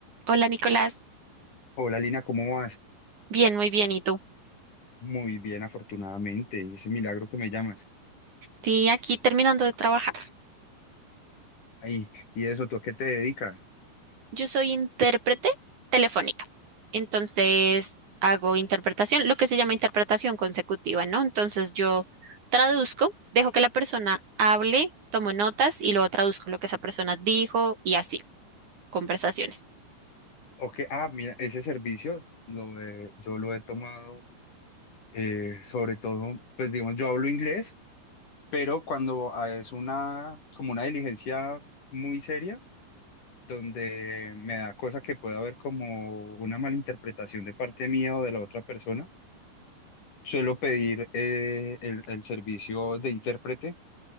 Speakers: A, on the right; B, on the left.
A: Hola Nicolás,
B: Hola Lina, ¿cómo vas?
A: bien, muy bien. ¿Y tú?
B: Muy bien, afortunadamente. Y ese milagro que me llamas.
A: Sí, aquí terminando de trabajar.
B: Ahí, y eso, ¿tú a qué te dedicas?
A: Yo soy intérprete telefónica, entonces hago interpretación, lo que se llama interpretación consecutiva, ¿no? Entonces yo traduzco, dejo que la persona hable, tomo notas y luego traduzco lo que esa persona dijo y así, conversaciones.
B: O que, ah, mira, ese servicio lo he- yo lo he tomado eh, sobre todo, pues digamos, yo hablo inglés, pero cuando ah, es una, como una diligencia muy seria, donde me da cosa que pueda haber como una malinterpretación de parte mía o de la otra persona, suelo pedir eh, el el servicio de intérprete